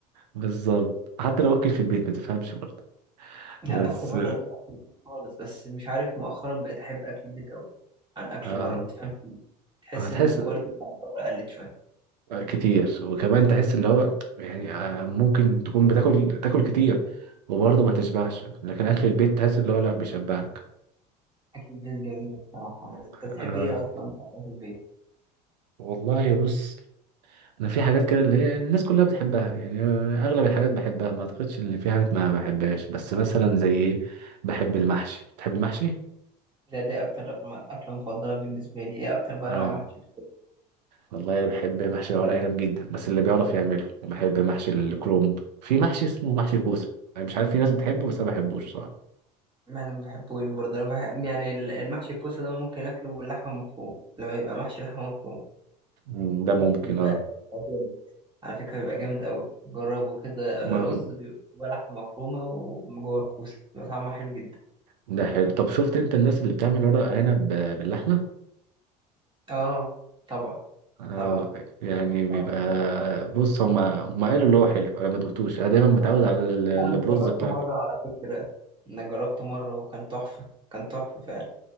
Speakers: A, on the right; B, on the right.
A: بالظبط حتى لو اكل في البيت ما تفهمش برضه
B: لا
A: بس
B: اكل بره غير اكل البيت خالص بس مش عارف مؤخرا بقيت احب اكل البيت قوي عن اكل
A: آه
B: بره ما تفهمش ليه. تحس
A: هتحس
B: ان الكواليتي بتاعت بره قلت شويه
A: آه، كتير وكمان تحس اللي هو يعني آه، ممكن تكون بتاكل تاكل كتير وبرضه ما تشبعش لكن اكل البيت تحس اللي هو لا بيشبعك
B: اكل البيت جميل بصراحه انت بتحب
A: آه
B: ايه اصلا بتاع اكل البيت
A: والله بص انا في حاجات كده اللي هي الناس كلها بتحبها يعني آه، اغلب
B: مم.
A: الحاجات بحبها ما اعتقدش ان في حاجات ما بحبهاش بس مثلا زي ايه بحب المحشي بتحب المحشي
B: ده دي اكتر اكله مفضله بالنسبه لي ايه اكتر بقى
A: اه
B: نوع محشي بتحبه؟
A: والله انا بحب محشي الورق عنب جدا بس اللي بيعرف يعمله وبحب محشي الكرومب في محشي اسمه محشي كوسه انا مش عارف في ناس بتحبه بس انا ما بحبوش صراحه
B: ما انا ما بحبوش برضه انا بحب يعني ال- المحشي الكوسه ده ممكن اكله باللحمه مفروم لما يبقى محشي لحمه مفروم
A: مم، ده ممكن
B: بيبقى
A: اه
B: بيبقى جامد على فكره بيبقى جامد قوي جربه كده
A: ما
B: رز بيبقى جواه لحمه مفرومه وجوه الكوسه بيبقى طعمه حلو جدا
A: ده حلو طب شفت انت الناس اللي بتعمل ورق عنب ب- باللحمه
B: اه طبعا
A: اه
B: طبعا
A: يعني بيبقى
B: طبعا
A: بص هم هم قالوا اللي هو حلو انا ما دوقتوش انا دايما متعود
B: آه.
A: على ال- البروز
B: لا أنا جربته
A: بتاعنا
B: مرة على فكرة انا جربته مرة وكان تحفة كان تحفة فعلا